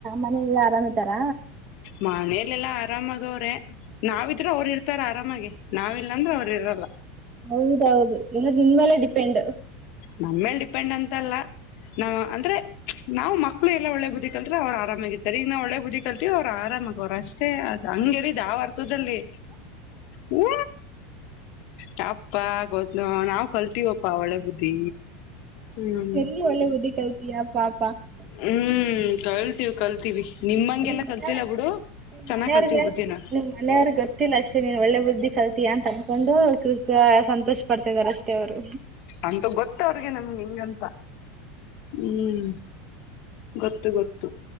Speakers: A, on the right; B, on the left.
A: ಮನೇಲೆಲ್ಲ ಆರಾಮ್ ಇದಾರ
B: ಮನೇಲ್ಲಲ್ಲ ಅರಾಮಗ ಅವರ ನಾವ್ ಇದ್ರೆ ಅವ್ರು ಇರ್ತಾರ ಆರಾಮಾಗೆ ನಾವಿಲ್ಲಾಂದ್ರೆ ಅವ್ರ್ ಇರಲ್ಲ
A: ಹೌದೌದು ಇನ್ನ ನಿನ್ ಮೇಲೆ ಡಿಪೆಂಡ್
B: ನಮ್ಮೇಲ್ ಡಿಪೆಂಡ್ ಅಂ ಅಂತಲ್ಲ ನಾವ ಅಂದ್ರೆ ನಾವು ಮಕ್ಳು ಎಲ್ಲ ಒಳ್ಳೆ ಬುದಿ ಕಲ್ತ್ರೆ ಅವ್ರು ಆರಾಮಾಗಿ ಜರಿಗ ನಾ ಒಳ್ಳೆ ಬುದಿ ಕಲ್ತೀವಿ ಅವ್ರು ಆರಾಮಾಗ ಅವ್ರ್ ಅಷ್ಟೇ. ಹಂಗೆಳಿದ್ ಆವ ಅರ್ತದಲ್ಲಿ ಹೂ ತಪ್ಪಾಗೋತ್ ನೋಡ್ ನಾವ್ ಕಲ್ತೀವಪ್ಪ ಒಳ್ಳೆ ಬುದ್ದಿ ಹ್ಮ್
A: ಎಲ್ಲಿ ಒಳ್ಳೆ ಬುದ್ಧಿ ಕಲ್ತೀಯಾ ಪಾಪ ನಿಮ್
B: ಹ್ಮ್ ಕಲ್ತೀವಿ ಕಲ್ತೀವಿ ನಿಮ್ಮಂಗೆಲ್ಲ
A: ನಿಮ್
B: ಕಲ್ತಿಲ್ಲ
A: ಮನೆಗ್
B: ಬಿಡು
A: ನಿಮ್
B: ಚೆನ್ನಾಗ್
A: ಮನೆಯವ್ರಗೆ
B: ಕಲ್ತೀವಿ ಬುದ್ಧಿನ
A: ನಿಮ್ ಮನೆಯವ್ರಗ್ ಗೊತ್ತಿಲ್ಲ ಅಷ್ಟೆ ನೀನು ಒಳ್ಳೆ ಬುದ್ಧಿ ಕಲ್ತಿಯಾ ಅಂತನ್ಕೊಂಡು ಸುಖ ಸಂತೋಷ ಪಡ್ತ ಇದಾರೆ. ಅಷ್ಟೇ ಅವರು
B: ಅಂತ ಗೊತ್ ಅವ್ರಿಗೆ ನಮ್ಗೆ ಹೆಂಗಂತ ಹ್ಮ್ ಗೊತ್ತು ಗೊತ್ತು